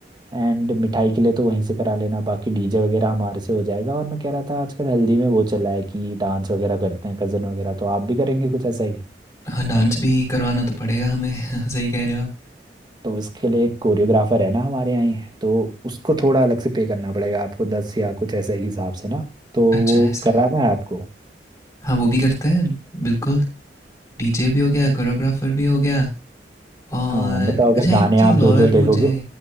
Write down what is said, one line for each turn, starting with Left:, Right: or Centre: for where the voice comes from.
Right: एंड मिठाई के लिए तो वहीं से करा लेना बाकी डीजे वगैरह हमारे से हो जाएगा और मैं कह रहा था आजकल हल्दी में वो चला है कि डांस वगैरह करते हैं कज़न वगैरह तो आप भी करेंगे कुछ ऐसा ही
Left: हाँ, डांस भी करवाना तो पड़ेगा हमें <laughs> सही कह रहे हो आप
Right: तो इसके लिए एक कोरियोग्राफर है ना हमारे यहाँ ही तो उसको थोड़ा अलग से पे करना पड़ेगा आपको दस या कुछ ऐसा ही हिसाब से ना तो
Left: अच्छा
Right: वो
Left: ऐसा
Right: कराना
Left: है
Right: है आपको
Left: हाँ वो भी करते हैं बिल्कुल डीजे भी हो गया कोरियोग्राफर भी हो गया और
Right: हाँ बताओ अगर
Left: अच्छा
Right: गाने
Left: एक चीज़
Right: आप जो
Left: और
Right: जो देखोगे
Left: मुझे